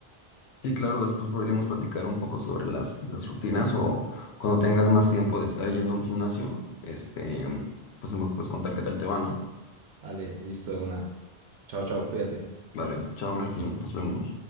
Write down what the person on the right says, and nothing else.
Ale, listo, de una. Chao, chao, cuídate.